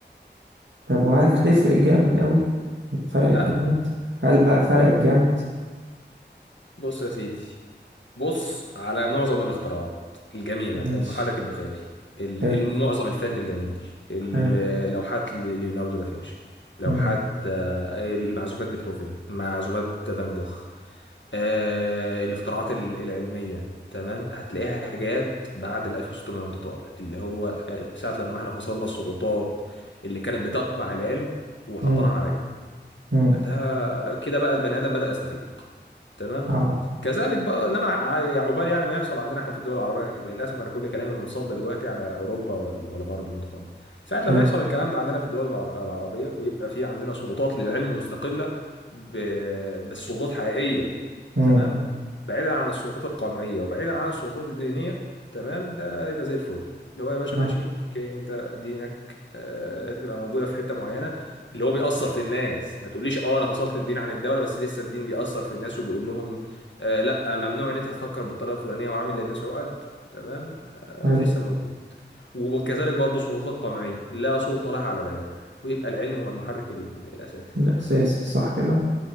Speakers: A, on the right; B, on the left.
A: طب وهل تفرق جامد قوي فرقت
B: ها
A: جامد هل بقى فرقت جامد
B: بص يا سيدي بص على معظم الاختراعات الجميلة
A: ماشي
B: المحرك البخاري ال-
A: حلو
B: ال- معظم الفن الجميل ال-
A: حلو
B: لوحات ل- ليوناردو دافنشي لوحات
A: امم
B: آه، المعزوفات بيتهوفن معزوفات فان جوخ آه الاختراعات ال- العلمية تمام هتلاقيها جات بعد ال 1600 وانت طالع اللي هو آه، ساعة لما احنا فصلنا السلطات اللي كانت بتقمع العلم وحطيناها
A: امم
B: على جنب
A: امم
B: ده كده بقى البني ادم بدأ يستفيق تمام
A: اه
B: كذلك بقى انما ع- يا عقبال يعني ما يحصل عندنا احنا في الدول العربيه للاسف انا كل كلامي منصب دلوقتي على اوروبا وال- والغرب المتقدم ساعه
A: حلو
B: لما يحصل الكلام ده عندنا في الدول العر- العربيه ويبقى في عندنا سلطات للعلم مستقله ب- بس سلطات حقيقيه
A: امم
B: تمام بعيدا عن السلطات القمعيه وبعيدا عن السلطات الدينيه تمام ده يبقى زي الفل اللي هو يا باشا
A: اه
B: ماشي اوكي انت دينك آه، تبقى موجوده في حته معينه اللي هو بيأثر في الناس ما تقوليش اه انا فصلت الدين عن الدولة بس لسه الدين بيأثر في الناس وبيقول لهم آه لا ممنوع ان انت تفكر بالطريقة الفلانية وعامل للناس عقد تمام آه
A: حلو
B: ولسه موجود وكذلك برضه سلطات القمعية لا سلطة لها على العلم ويبقى العلم هو المحرك ال- الأساسي
A: الاساسي صح كده